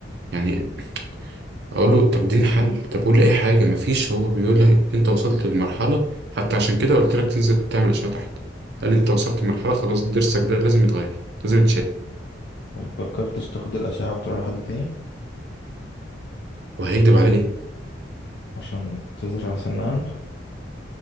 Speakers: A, on the right; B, on the left.
A: يعني اقول له طب اديني حل طب قول لي اي حاجه مفيش هو بيقول لي انت وصلت للمرحله حتى عشان كده قلت لك تنزل تعمل اشعه تحت قال لي انت وصلت لمرحله خلاص ضرسك ده لازم يتغير لازم يتشال
B: ما فكرتش تاخد الأشعة وتروح لحد تاني
A: وهيكدب على ليه
B: عشان تزرع سنة عنده